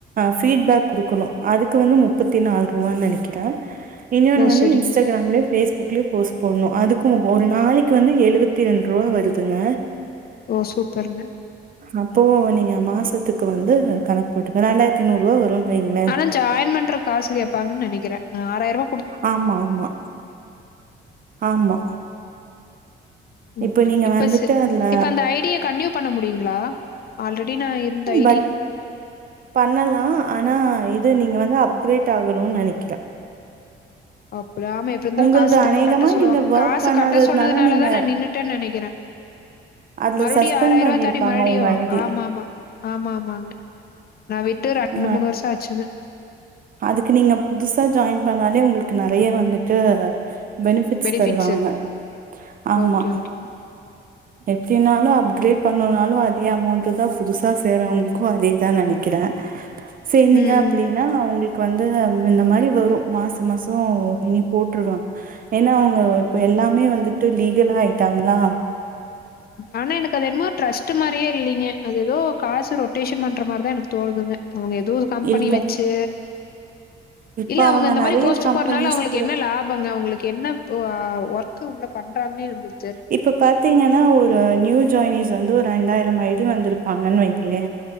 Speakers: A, on the right; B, on the left.
A: ஃப்பிடுபேக் குடுக்கனு அதுக்கு வந்து முப் முப்பத்தி நாலு ரூவானு நெனைக்கிறே இன்னொனு
B: ஓ!
A: வந்து
B: சரிங்க.
A: இன்ஸ்டாகிராம்ல பேஸ்புக்லயோ போஸ்ட் போட்னு அதுக்கு ஒரு நாளைக்கு வந்து எழுவத்திரெண்ருவா வருதுங்க
B: ஓ சூப்பர்ங்க
A: அப்போ நீங்க மாசத்துக்கு வந்து கணக்கு போட்டுக்கோ ரெண்டாயிரத்தி நூறுவா வரும்னு வைங்களே
B: ஆனா ஜாயின் பண்ற காசு கேப்பாங்க நெனைக்கிறே ஆறாயருவா
A: ஆமா ஆமா ஆமா இப்ப
B: ஓகே
A: நீங்க
B: இப்பச்
A: வந்துட்டு அதுல
B: இப்ப அந்த ஐ டிய கன்டினுயூ பண்ண முடியுங்களா ஆல்ரெடி நா இருந்த ஐ
A: பட்
B: டி
A: பண்ணலா ஆனா இது நீங்க வந்து அப்கிரேட் ஆகணுன்னு நெனைக்கிறே
B: அப்றோ ஆமா எப்டி இருந்தாலு
A: உங்கள்து
B: காசு திரும்ப
A: அநேகமா
B: கட்ட சொல்லுவாங்க
A: நீங்க வொர்க்
B: காசு
A: பண்ணாததுனால,
B: கட்ட சொன்னதுனால
A: நீங்க
B: தா நா நின்னு ட்டே நெனைக்கிறே
A: அதுல
B: மறுபடியு
A: சஸ்பெண்ட்
B: ஆறாயரூவா
A: பண்ணியிருப்பாங்க
B: தாண்டி மறுடியு
A: உங்க ஐடி.
B: ஆமா ஆமா ஆமா ஆமாங்க நா விட்டு ரெண்டு
A: அ
B: மூணு வருஷ ஆச்சுங்க
A: அதுக்கு நீங்க புதுசா ஜாயின் பண்ணாலே உங்களுக்கு நெறைய வந்துட்டு பெனிஃபிட்ஸ்
B: பெனிஃபிட்ஸு
A: தருவாங்க ஆமா
B: ஓகே ஓகேங்க
A: எப்டினாலு அப்கிரேட் பண்ணுனாலு அதே அமௌண்ட்டு தா புதுசா சேரவங்களுக்கு அதேதா நெனைக்கிறே சேந்தீங்க
B: ம்
A: அப்டீன்னா அவுங் களுக்கு வந்து இந்த மாரி வரு மாச மாசோ இனி போட்ருவாங்க ஏன்னா அவங்க இப்ப எல்லாமே வந்துட்டு லீகலா ஆயிட்டாங்ளா
B: ஆனா எனக்கு அது என்னமோ டிரஸ்ட்டு மாரியே இல்லிங்க அது ஏதோ காசு ரொட்டேஷன் பண்ற மாரி தா எனக்கு தோனுது அவங்க ஏதோ ஒரு கம்பெனி
A: இல்ல
B: வச்சு
A: இப்ப
B: இல்ல அவங்க இந்த மாரி
A: நெறைய
B: போஸ்ட்டுரு
A: கம்பெனிஸ்
B: போறனால அவுங்களுக்கு
A: கூட
B: என்ன லாபங்க அவுங்களுக்கு என்ன ஓ ஆ ஒர்க்கு உள்ள பண்ணறாங்கன்னே நம்புது
A: இப்ப பாத்தீங்கன்னா ஒரு நியூ ஜாய்னீஸ் வந்து ஒரு ரெண்டாயிரம் ஐ டி வந்திருப்பாங்கன்னு வைங்ளே